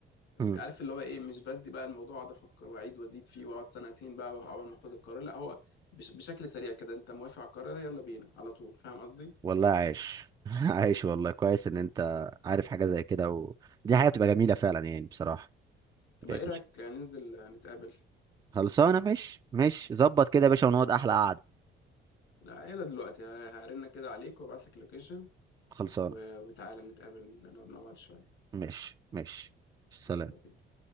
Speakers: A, on the right; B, on the left.
A: امم
B: عارف اللي هو ايه مش بدي بقى الموضوع اقعد افكر واعيد وازيد فيه واقعد سنتين بقى اول ما اخد القرار لا هو بش بشكل سريع كده انت موافق على القرار ده؟ يلا بينا على طول فاهم قصدي
A: والله عايش <laughs> عايش والله كويس إن أنت عارف حاجة زي كده ودي حاجة بتبقى جميلة فعلا يعني بصراحة
B: تبقى
A: يعني
B: ايه رايك ننزل نتقابل
A: خلصانة مش مش ظبط كده يا باشا ونقعد أحلى قعدة
B: لا يلا دلوقتي ه- هرن كده عليك وابعت لك اللوكيشن
A: خلصانة
B: و- وتعالى نتقابل نقعد مع بعض شويه
A: مش مش سلام
B: يلا بينا